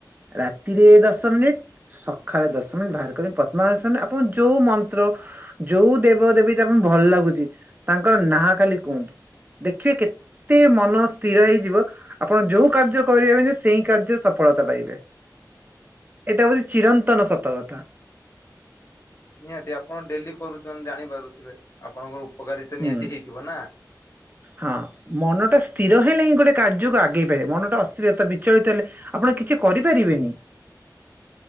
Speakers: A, on the right; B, on the left.
A: ରାତିରେ ଦଶ ମିନିଟ୍। ସଖାଳେ ଦଶ ମିନିଟ୍ ବାହାର କରିି ପଦ୍ମାସାନ ଆପଣ ଯୋଉ ମନ୍ତ୍ର ଯୋଉ ଦେବଦେବୀ ତାପ ଭଲ ଲାଗୁଛି ତାଙ୍କର ନାଁ ଖାଲି କୁହନ୍ତୁ? ଦେଖିବେ କେତେ ମନ ସ୍ଥିର ହେଇଯିବ ଆପଣ ଯୋଉ କାର୍ଯ୍ୟ କରିବେ ସେଇ କାର୍ଯ୍ୟରେ ସଫଳତା ପାଇବେ ଏଟା ହଉଛି ଚିରନ୍ତନ ସତକଥା।
B: ନିହାତି ଆପଣ ଡେଲି କରୁଛନ୍ତି ଜାଣିପାରୁଥିବେ ଆପଣଙ୍କର ଉପକାରିତା
A: ହୁଁ
B: ନିହାତି ହେଇଥିବ ନା?
A: ହଁ ମନଟା ସ୍ଥିର ହେଲେ ହିଁ ଗୋଟେ କାର୍ଯ୍ୟକୁ ଆଗେଇ ପାରିବ ମନଟା ଅସ୍ଥିରତା ବିଚଳିତ ହେଲେ ଆପଣ କିଛି କରିପାରିବେନି।